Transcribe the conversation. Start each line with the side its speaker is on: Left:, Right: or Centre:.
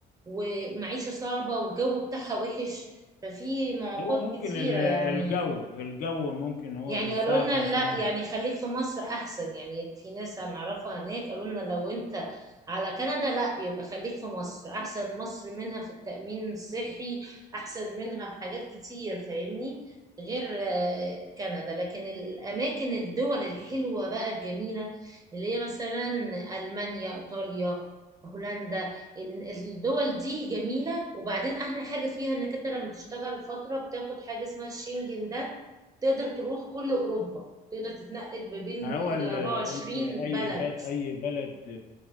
Right: ومعيشة صعبة والجو بتاعها وحش ففي معوقات
Left: هو ممكن
Right: كتيرة
Left: ال- الجو
Right: يعني
Left: الجو ممكن هو
Right: يعني
Left: اللي صعب
Right: قالوا لنا
Left: عشان
Right: لا
Left: احنا
Right: يعني خليك في مصر احسن يعني في ناس هنعرفها هناك قالوا لنا لو انت على كندا لا يبقى خليك في مصر احسن مصر منها في التأمين الصحي احسن منها في حاجات كتير فاهمني غير آه، كندا لكن الاماكن الدول الحلوة بقى الجميلة اللي هي مثلا المانيا ايطاليا هولندا إن الدول دي جميلة وبعدين احلى حاجة فيها انك انت لما تشتغل فترة بتاخد حاجة اسمها الشنجن ده تقدر تروح كل اوروبا تقدر تتنقل ما بين
Left: ما هو
Right: ال
Left: ال-
Right: 24
Left: انت اي
Right: بلد
Left: بل اي بلد